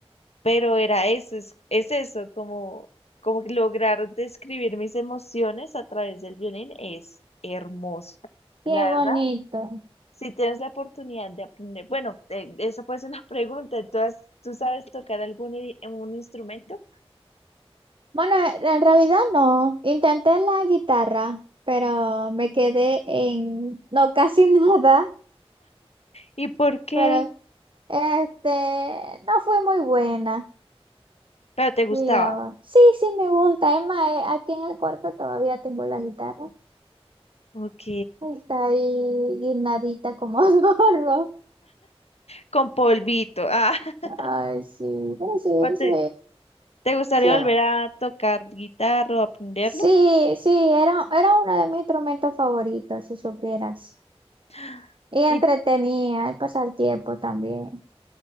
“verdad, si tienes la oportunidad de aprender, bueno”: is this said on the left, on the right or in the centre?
Left